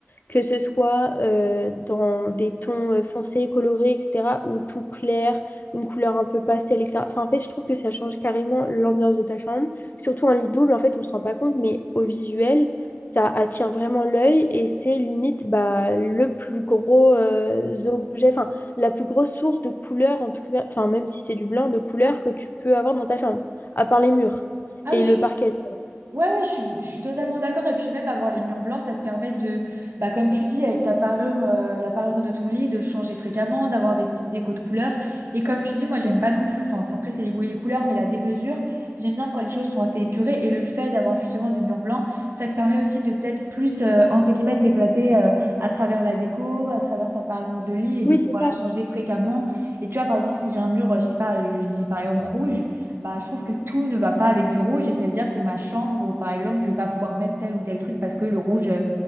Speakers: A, on the left; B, on the right.
A: que ce soit euh, dans des tons euh, foncés, colorés, etc., ou tout clair, une couleur un peu pastel, etc. Enfin, en fait, je trouve que ça change carrément l'ambiance de ta chambre, surtout un lit double, en fait, on se rend pas compte, mais au visuel, ça attire vraiment l'œil et c'est limite bah, le plus gros euh, objet. Enfin, la plus grosse source de couleur, en tout cas, enfin, même si c'est du blanc, de couleur que tu peux avoir dans ta chambre, à part les murs
B: Ah
A: et
B: oui, je
A: le
B: suis
A: parquet.
B: Ouais, ouais, je suis, je suis totalement d'accord. Et puis même avoir les murs blancs, ça te permet de, bah, comme tu dis, avec ta parure, euh, la parure de ton lit, de changer fréquemment, d'avoir des petites décos de couleurs. Et comme tu dis, moi, j'aime pas non plus, enfin, ça, après, c'est les goûts et les couleurs, mais la démesure, j'aime bien quand les choses sont assez épurées. Et le fait d'avoir justement des murs blancs, ça te permet aussi de peut-être plus, euh, entre guillemets, t'éclater, euh, à travers la déco, à travers ta parure de lit et de
A: Oui,
B: pouvoir
A: c'est ça.
B: la changer fréquemment. Et tu vois, par exemple, si j'ai un mur, euh, je sais pas, je dis par exemple rouge. Bah, je trouve que tout ne va pas avec du rouge et ça veut dire que ma chambre, ou par exemple, je vais pas pouvoir mettre tel ou tel truc parce que le rouge euh,